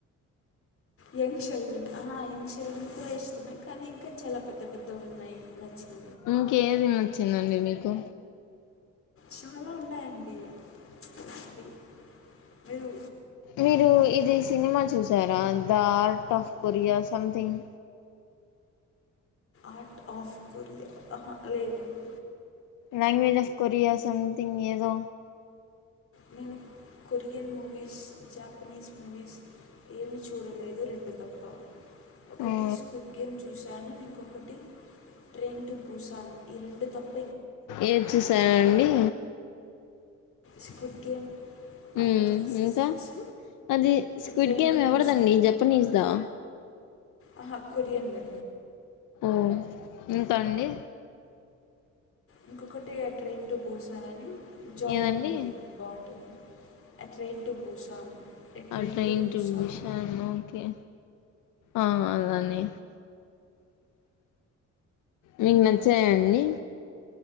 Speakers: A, on the left; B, on the left.
A: యంగ్ చిల్డ్రన్ ఆ యంగ్ చిల్డ్రన్ కూడా ఇష్టమే కానీ ఇంకా చాలా పెద్ద పెద్ద ఉన్నాయి నచ్చిన
B: ఇంకేది నచ్చిందండి మీకు
A: చాలా ఉన్నాయండి అది మీరు
B: మీరు ఇది సినిమా చూసారా the art of Korea something
A: art of Korea ఆహా లేదండి
B: లాంగ్వేజ్ ఆఫ్ కొరియా సమ్థింగ్ ఏదో
A: నేను కొరియన్ మూవీస్ జాపనీస్ మూవీస్ ఏమి చూడలేదు రెండు తప్ప ఒకటి
B: ఆ
A: స్క్విడ్ గేమ్ చూసాను ఇంకొక ఒకటి ట్రైన్ టు భూసాన్ ఈ రెండు తప్
B: ఏది చూసారండి
A: స్క్విడ్ గేమ్
B: ఉమ్
A: త్రీ సీజన్స్
B: ఇంకా అది squid
A: train
B: game
A: to
B: ఎవరిదండి
A: Busan
B: జపనీస్ దా
A: ఆహా కొరియన్వే
B: ఒ ఇంకండి
A: ఇంకొకటి ఆ ట్రైన్ టు బూసాన్ అని జాంబీ
B: ఏదండి
A: మూవీ బాగుంటది ఎ ట్రైన్ టు బూసాన్ ఎ train
B: ఆ train
A: to Busan
B: Busan okay ఆ అలాన్నే మీకు నచ్చాయండి